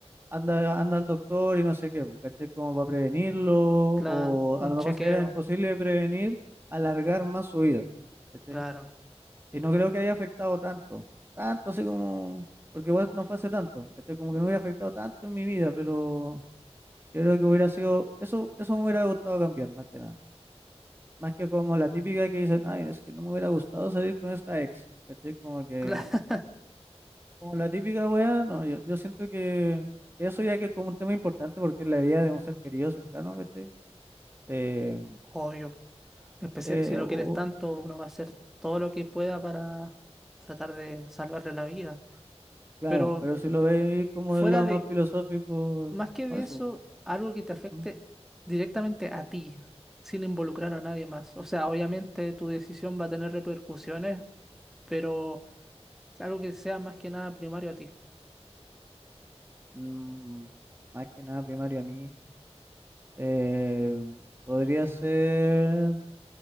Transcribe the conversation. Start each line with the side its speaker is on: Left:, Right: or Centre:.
Right: anda, anda al doctor y no sé qué, po, ¿cachai? Como para prevenirlo,
Centre: Claro,
Right: o
Centre: un
Right: a lo mejor
Centre: chequeo,
Right: si era imposible de prevenir, alargar más su vida, ¿cachai?
Centre: claro,
Right: Y no creo que haya afectado tanto, tanto así como, porque igual no fue hace tanto, ¿cachai? Como que no hubiera afectado tanto en mi vida, pero yo creo que hubiera sido, eso, eso me hubiera gustado cambiar, más que nada. Más que como la típica que dicen, ay, es que no me hubiera gustado salir con esta ex, ¿cachai? Como que,
Centre: claro,
Right: como la típica weá, no, yo, yo siento que eso ya que es como un tema importante porque es la vida de un ser querido cercano, ¿cachai? Eh,
Centre: <laughs> obvio. Especia-
Right: eh,
Centre: si lo
Right: u-
Centre: quieres tanto,
Right: u-
Centre: uno va a hacer todo lo que pueda para tratar de salvarle la vida.
Right: claro,
Centre: Pero
Right: pero si lo veis como
Centre: fuera
Right: del lado
Centre: de,
Right: más filosófico,
Centre: más que
Right: como
Centre: de
Right: eso,
Centre: eso,
Right: como,
Centre: algo que te afecte
Right: ¿mm?
Centre: directamente a ti, sin involucrar a nadie más. O sea, obviamente tu decisión va a tener repercusiones, pero algo que sea más que nada primario a ti.
Right: Mm, más que nada primario a mí. Eh, podría ser,